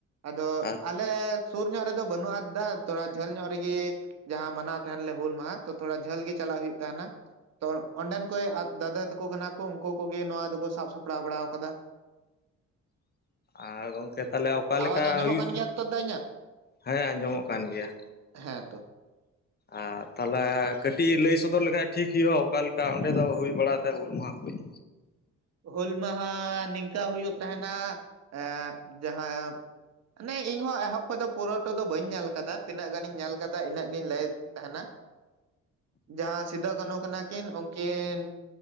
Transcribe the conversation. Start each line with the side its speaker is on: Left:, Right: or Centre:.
Right: ᱟᱫᱚ
Left: ᱟᱨ
Right: ᱟᱞᱮ ᱥᱩᱨ ᱧᱚᱜ ᱨᱮᱫᱚ ᱵᱟᱹᱱᱩ-ᱟ ᱫᱟ ᱛᱷᱚᱲᱟ ᱡᱷᱟᱹᱞ ᱧᱚᱜ ᱨᱮᱜᱮ ᱡᱟᱦᱟ ᱢᱟᱱᱟᱣ ᱛᱟᱦᱮᱞ ᱞᱮ ᱦᱩᱹᱞ ᱢᱟᱦᱟ ᱛᱚ ᱛᱷᱚᱲᱟ ᱡᱷᱟᱹᱞ ᱜᱮ ᱪᱟᱞᱟᱜ ᱦᱩᱭᱩᱜ ᱛᱟᱦᱮ ᱱᱟ᱾ ᱛᱚ ᱚᱸᱰᱮᱱ ᱠᱚ ᱫᱟᱫᱟ ᱛᱟᱠᱚ ᱠᱟᱱᱟ ᱠᱚ ᱩᱱᱠᱩ ᱠᱚᱜᱮ ᱱᱚᱶᱟ ᱫᱚᱠᱚ ᱥᱟᱵ ᱥᱟᱯᱲᱟᱣ ᱵᱟᱲᱟ ᱠᱟᱫᱟ᱾
Left: ᱟᱨ ᱜᱚᱝᱠᱮ ᱛᱟᱦᱞᱮ ᱚᱠᱟ ᱞᱮᱠᱟ
Right: ᱟᱣᱟᱡᱽ ᱟᱸᱡᱚᱢᱚᱜ
Left: ᱦᱩᱭᱩᱜ
Right: ᱠᱟᱱ ᱜᱮᱭᱟ ᱛᱚ ᱫᱟ ᱤᱧᱟᱹᱜ
Left: ᱦᱮᱸ ᱟᱸᱡᱚᱢᱚᱜ ᱠᱟᱱ ᱜᱮᱭᱟ᱾
Right: ᱦᱮᱸ ᱛᱚ
Left: ᱟᱨ ᱛᱟᱦᱞᱮ ᱠᱟᱹᱴᱤᱡ ᱞᱟᱹᱭ ᱥᱚᱫᱚᱨ ᱞᱮᱠᱷᱟᱡ ᱴᱷᱤᱠ ᱦᱩᱭᱩᱜ-ᱟ ᱚᱠᱟ ᱞᱮᱠᱟ ᱚᱸᱰᱮ ᱫᱚ ᱦᱩᱭ ᱵᱟᱲᱟ ᱛᱟᱦᱮᱫᱟ ᱦᱩᱹᱞ ᱢᱟᱦᱟ ᱠᱩᱸᱡ?
Right: ᱦᱩᱹᱞ ᱢᱟᱦᱟ ᱱᱤᱝᱠᱟᱹ ᱦᱩᱭᱩᱜ ᱛᱟᱦᱮᱱᱟ ᱮᱸ ᱡᱟᱦᱟ ᱢᱟᱱᱮ ᱤᱧ ᱦᱚᱸ ᱮᱦᱚᱵ ᱠᱷᱚᱡ ᱫᱚ ᱯᱩᱨᱟᱹᱴᱟ ᱫᱚ ᱵᱟᱹᱧ ᱧᱮᱞ ᱠᱟᱫᱟ ᱛᱤᱱᱟᱹᱜ ᱜᱟᱱᱤᱧ ᱧᱮᱞ ᱠᱟᱫᱟ ᱤᱱᱟᱹᱜ ᱜᱤᱧ ᱞᱟᱹᱭ ᱮᱫ ᱛᱟᱦᱮᱱᱟ᱾ ᱡᱟᱦᱟᱭ ᱥᱤᱫᱟᱹ ᱠᱟᱹᱱᱩ ᱠᱟᱱᱟ ᱠᱤᱱ ᱩᱱᱠᱤᱱ